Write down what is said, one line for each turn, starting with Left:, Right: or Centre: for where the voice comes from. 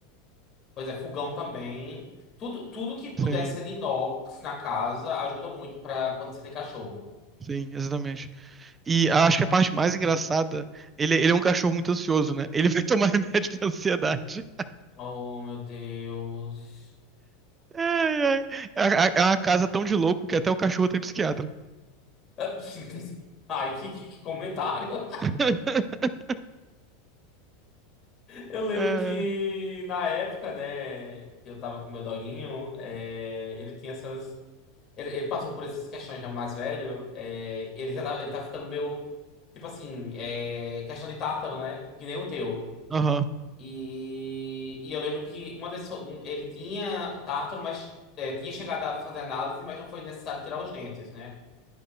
Left: Pois é, fogão também. Tudo, tudo que puder
Right: Sim,
Left: ser de inox na casa ajuda muito para quando você tem cachorro.
Right: sim, exatamente. E acho que a parte mais engraçada, ele, ele é um cachorro muito ansioso, né? Ele vai tomar <laughs> remédio pra ansiedade.
Left: Oh, meu Deus.
Right: Ai, ai. É a- é uma casa tão de louco que até o cachorro tem psiquiatra.
Left: <laughs> Ai, que, que que comentário.
Right: <laughs>
Left: Eu lembro
Right: É.
Left: que na época, né, que eu tava com meu doguinho, é, ele tinha essas. Ele, ele passou por essas questões já mais velho. é, ele já tá, ele tá ficando meio. Tipo assim, é, questão de tártaro, né? Que nem o teu.
Right: Aham.
Left: E, e eu lembro que uma das. so- um- Ele tinha tártaro, mas é, tinha chegado a fazer análise, mas não foi necessário tirar os dentes, né?